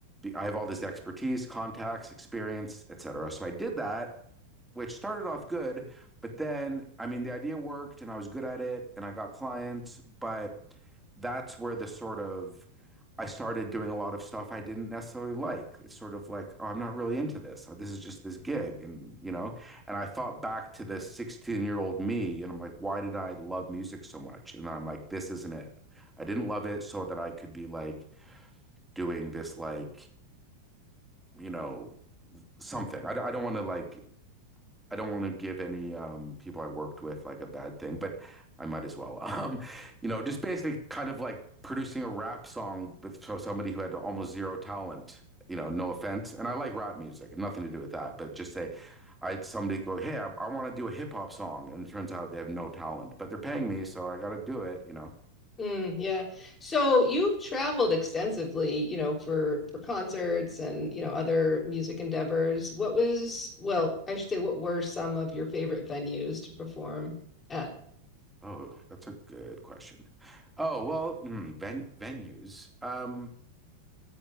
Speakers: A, in the centre; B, on the left.
A: I have all this expertise, contacts, experience, etc. So I did that which started off good, but then, I mean, the idea worked and I was good at it and I got clients, but that's where the sort of I started doing a lot of stuff I didn't necessarily like. It's sort of like, oh, I'm not really into this. Oh, this is just this gig. And, you know, and I thought back to this 16 year old me and I'm like, why did I love music so much? And I'm like, this isn't it. I didn't love it so that I could be like doing this, like, you know, something. I I d- I don't want to like I don't want to give any um, people I worked with like a bad thing, but I might as well. <laughs> Um, you know, just basically kind of like producing a rap song with for somebody who had almost zero talent. You know, no offense, and I like rap music, nothing to do with that, but just say. I had somebody go, hey, I, I want to do a hip hop song, and it turns out they have no talent, but they're paying me, so I got to do it. You know,
B: Mm, yeah. So you've traveled extensively, you know, for for concerts and, you know, other music endeavors. What was, well, I should say, what were some of your favorite venues to perform at?
A: oh, that's a good question. Oh well, hmm, ven- venues. Um,